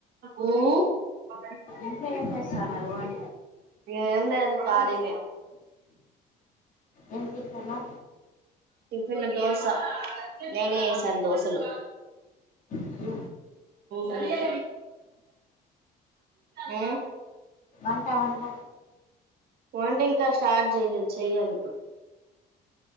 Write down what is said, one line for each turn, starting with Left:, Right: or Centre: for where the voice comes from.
Right: ఉహ్మ్మ్
Left: ఇంట్లో ఏం చేస్తన్నారు అం
Right: ఏం లేదు కలినే
Left: ఏం టిఫను
Right: టిఫిన్ దోశ నేనే ఎస్సాను దోసలు
Left: ఈ
Right: నేనే హ్మ్మ్
Left: వంట వంట
Right: వంట ఇంకా స్టార్ట్ చేయలేదు చెయ్యలి ఇప్పుడు